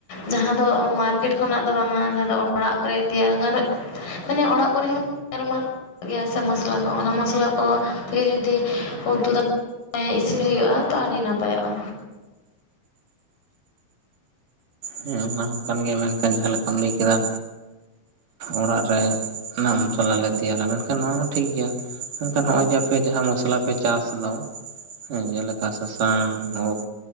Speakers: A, on the left (about 85°); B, on the right (about 70°).
A: ᱡᱟᱦᱟᱸ ᱫᱚ ᱢᱟᱨᱠᱮᱴ ᱠᱷᱚᱱᱟᱜ ᱫᱚ ᱵᱟᱝᱟ, ᱡᱟᱦᱟᱸ ᱫᱚ ᱚᱲᱟᱜ ᱠᱚᱨᱮ ᱛᱮᱭᱟᱨ ᱜᱟᱱᱮᱫ ᱢᱟᱱᱮ ᱚᱲᱟᱜ ᱠᱚᱨᱮ ᱦᱚᱸ <unintelligible> ᱜᱮᱭᱟ ᱥᱮ ᱢᱚᱥᱞᱟ ᱠᱚ ᱚᱱᱟ ᱢᱚᱥᱞᱟ ᱠᱚ ᱜᱮ ᱡᱩᱫᱤ ᱩᱛᱩ ᱫᱟ <unintelligible> ᱤᱥᱤᱱ ᱦᱩᱭᱩᱜ-ᱟ ᱛᱚ ᱟᱹᱰᱤ ᱱᱟᱯᱟᱭᱚᱜ-ᱟ᱾
B: ᱦᱮᱸ ᱚᱱᱟ ᱦᱚᱸ ᱠᱟᱱ ᱜᱮᱭᱟ ᱢᱮᱱᱠᱷᱟᱱ ᱡᱟᱦᱟᱸ ᱞᱮᱠᱟᱢ ᱞᱟᱹᱭ ᱠᱮᱫᱟ ᱚᱲᱟᱜ ᱨᱮ ᱱᱟᱜ ᱢᱚᱥᱚᱞᱟ ᱞᱮ ᱛᱮᱭᱟᱨᱟ ᱢᱮᱱᱠᱷᱟᱱ ᱱᱚᱣᱟ ᱦᱚᱸ ᱴᱷᱤᱠ ᱜᱮᱭᱟ᱾ ᱢᱮᱱᱠᱷᱟᱱ ᱦᱚᱸᱜ-ᱚᱭ ᱡᱮ ᱟᱯᱮ ᱡᱟᱦᱟᱸ ᱢᱚᱥᱞᱟ ᱯᱮ ᱪᱟᱥ ᱫᱚ ᱦᱮᱸ ᱡᱮᱞᱮᱠᱟ ᱥᱟᱥᱟᱝ ᱦᱳᱠ,